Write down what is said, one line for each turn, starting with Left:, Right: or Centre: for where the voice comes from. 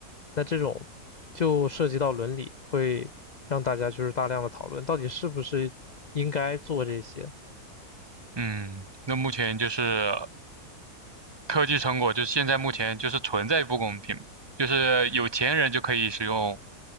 Left: 那这种就涉及到伦理，会让大家就是大量的讨论，到底是不是应该做这些？
Right: 嗯，那目前就是科技成果就是现在目前就是存在不公平，就是有钱人就可以使用